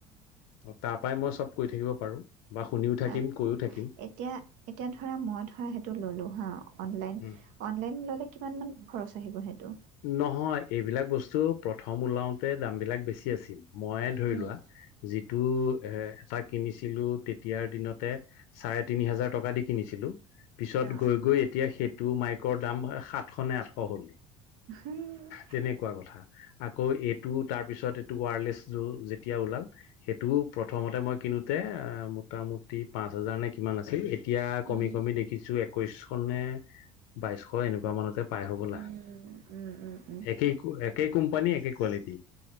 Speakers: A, on the left (about 75°); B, on the right (about 70°).
A: অ', তাৰ পৰাই মই চব কৈ থাকিব পাৰোঁ বা শুনিও থাকিম।
B: আচ্ছা।
A: কৈও থাকিম
B: এতিয়া, এতিয়া ধৰা মই ধৰা সেইটো ল'লো হা অনলাইন
A: উম
B: অনলাইন ল'লে কিমান মান খৰচ আহিব সেইটো।
A: নহয় এইবিলাক বস্তু প্ৰথম ওলাওঁতে দামবিলাক বেছি আছিল ময়ে ধৰি
B: উম,
A: লোৱা যিটো এ এটা কিনিছিলো তেতিয়াৰ দিনতে চাৰে তিনি হাজাৰ টকা দি কিনিছ ছিলো। পিছত
B: অ',
A: গৈ গৈ এতিয়া সেইটো মাইকৰ দাম সাতশ নে আঠশ হ'ল।
B: উম।
A: তেনেকুৱা কথা আকৌ এইটো তাৰ পিছত এইটো ৱাৰলেছটো যেতিয়া ওলাল সেইটোও প্ৰথমতে মই কিনোতে অ', মোটামুটি পাঁচ হাজাৰ নে কিমান আছিল এতিয়া
B: উম, উম,
A: কমি কমি দেখিছ চু একৈশ নে বাইছশ এনেকুৱা মানতে পাই হ'বলা।
B: উম, উম, উম, উম,
A: একেই কো একেই কোম্পানী একেই কোৱালিটি।